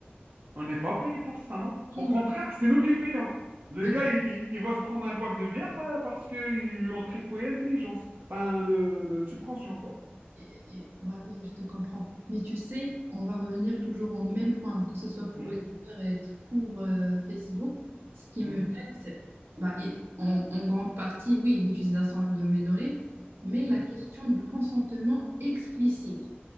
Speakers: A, on the right; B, on the right.
A: On n'est pas payé pour ça, non?
B: On
A: Au
B: nous
A: contraire,
B: a-
A: c'est nous qui payons. Le
B: Mais-
A: gars, il, il- il va se prendre un pack de bière euh, parce qu'ils lui ont trifouillé l'intelligence. Enfin, le, le- le subconscient, quoi.
B: et- et- bah oui, je te comprends. Mais tu sais, on va revenir toujours au même point, que ce soit pour
A: Mhm,
B: les Twitter pour euh, Facebook. Ce qui
A: mhm,
B: me gêne, c'est bah, et en, en grande partie, oui, l'utilisation de mes données, mais la
A: mhm.
B: question du consentement explicite.